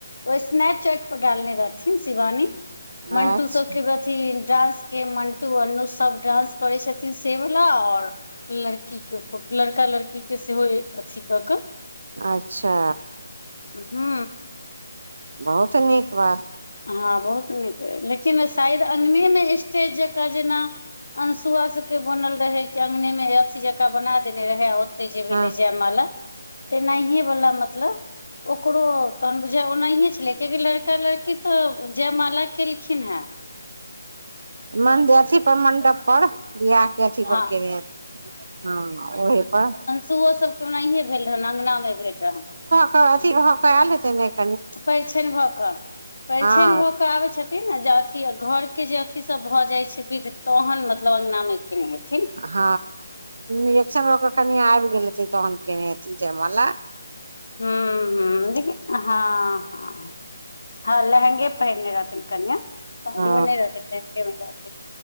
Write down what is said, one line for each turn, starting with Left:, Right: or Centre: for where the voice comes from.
Left: ओहि। स्नैप चैट पर डालने रहथिन शिवानी मंटू
Right: अच्छा
Left: सभ के डानंस के मन्टु अन्नु सभ डानंस करै छथिन सेवला आओर लड़की के फोट लड़का लड़की के सेहो अथी क कऽ
Right: अच्छा।
Left: हू
Right: बहुत नीक बात
Left: हँ बहुत नीक लेकिन शायद अंगनेमे स्टेज जकाँ जेना अनसुआ सभके बनल रहे कि अंगनेमे अथी जका बना देने रहे त जे भेलल
Right: हँ
Left: जेमा ते नहिये वाला मतलब ओकरो तहन बुझ ओ नहि छलेकिन कि लड़का लड़की त जयमाला केलखिन हे
Right: मन्दिरी पर मण्डप पर। बिआहके अथी
Left: हँ
Right: पर केने हँ ओही पर
Left: सुओ सभके ओनाहिये भेल रहन अँगना नहि भेल रहनि
Right: हा अथि भऽ कऽ एले हेते हँ खयले त
Left: परिछनि भऽ कऽ परिछनि
Right: हँ
Left: भ कऽ आबै छथिन जे अथि घर के जे अथी सभ भऽ जाय छै विध तहन मतलब अंगना मे केने हेथिन
Right: ह इजेक्शन कनि आबि गेले तोहन केने हेथि जाय माल <inaudible>
Left: हू हू देख हँ ह ह लहेगे पहिरने रहथिन कनिआ पी
Right: ओ
Left: म नहि रहत लनगे रहत